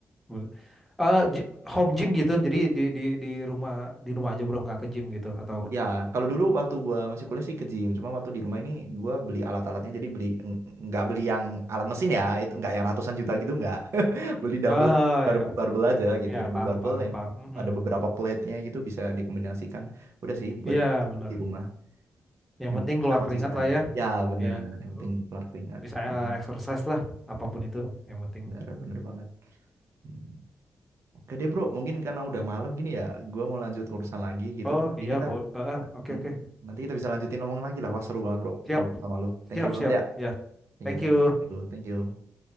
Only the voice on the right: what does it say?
Ya, kalau dulu waktu gua masih kuliah sih ke gym, cuma waktu di rumah ini gua beli alat-alatnya jadi beli n- nggak beli yang alat mesin ya, itu nggak yang ratusan juta gitu nggak. <laughs> Beli dumbbell
sama bar-
barbell aja gitu,
dumbbell
barbell
yang
ada beberapa plate-nya gitu bisa dikombinasikan. Udah sih buat
di rumah,
yang
penting
bisa konsisten.
Ya, benar,
yang
penting keluar keringat.
Benar,
benar, benar banget. Hmm. Oke deh bro, mungkin karena udah malam gini ya, gua mau lanjut urusan lagi gitu.
Nanti
kita
Hmm.
Nanti kita bisa lanjutin ngomongin lagi lah. Wah, seru banget, bro.
Ngobrol sama lu. Thank
you banget
ya.
Thank
you, thank
you, thank you. Thank you.